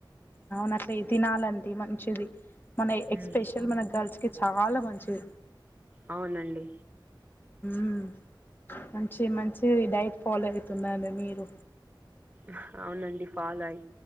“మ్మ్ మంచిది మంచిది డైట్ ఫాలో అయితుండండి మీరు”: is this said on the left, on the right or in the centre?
Left